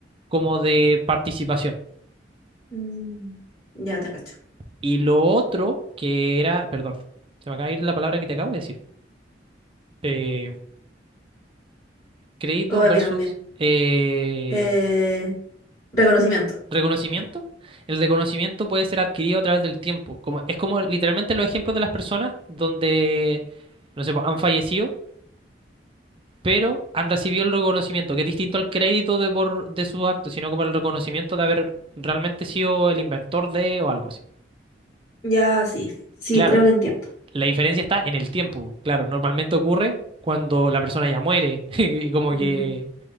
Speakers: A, on the right; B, on the left.
A: como de participación.
B: Mm, Ya te cacho.
A: Y lo otro que era, perdón, se me acaba de ir la palabra que te acabo de decir, eh, crédito
B: O a
A: versus
B: mí también.
A: eh,
B: Eh, reconocimiento.
A: reconocimiento. El reconocimiento puede ser adquirido a través del tiempo. Como, es como literalmente los ejemplos de las personas donde, no sé, pues, han fallecido pero han recibido el reconocimiento, que es distinto al crédito de, por, de sus actos, sino como el reconocimiento de haber realmente sido el inventor de o algo así.
B: Ya, sí. Sí,
A: Claro,
B: creo que entiendo.
A: la diferencia está en el tiempo. Claro, normalmente ocurre cuando la persona ya muere, <laughs> y como que
B: Ujú.